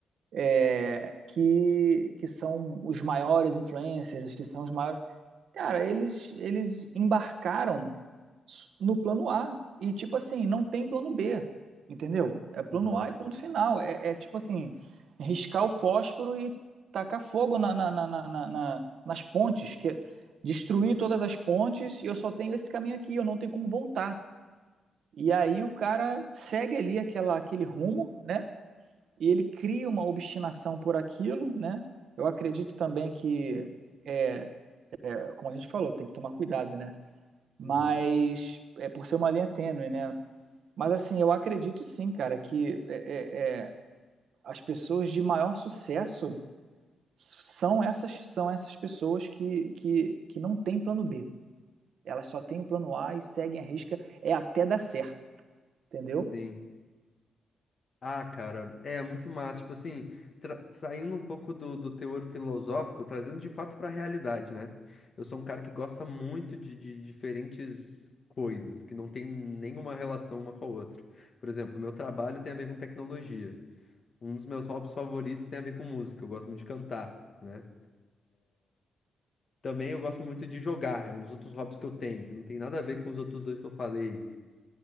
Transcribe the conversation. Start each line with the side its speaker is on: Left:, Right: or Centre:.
Right: é, que, que são os maiores influencers, que são os maiores. Cara, eles eles embarcaram s- no plano A e tipo assim, não tem plano B, entendeu? É plano
Left: Uhum,
Right: A e ponto final. É, é, tipo assim, riscar o fósforo e tacar fogo na, na- na- na- na- na- nas pontes, que é destruir todas as pontes e eu só tenho esse caminho aqui, eu não tenho como voltar. E aí o cara segue ali aquela, aquele rumo, né? E ele cria uma obstinação por aquilo, né? Eu acredito também que, é, como a gente falou, tem que tomar cuidado, né? mas
Left: uhum.
Right: é por ser uma linha tênue, né? Mas assim, eu acredito sim, cara, que é, é, é, as pessoas de maior sucesso são essas, são essas pessoas que, que, que não têm plano B. Elas só têm o plano A e seguem a risca, é até dar certo, entendeu?
Left: Sim. Ah, cara, é muito massa. Tipo assim, tra- saindo um pouco do, do teor filosófico, trazendo de fato pra realidade, né? Eu sou um cara que gosta muito de, de diferentes coisas, que não tem nenhuma relação uma com a outra. Por exemplo, meu trabalho tem a ver com tecnologia. Um dos meus hobbies favoritos tem a ver com música. Eu gosto muito de cantar, né? Também eu gosto muito de jogar. É um dos outros hobbies que eu tenho, que não tem nada a ver com os outros dois que eu falei.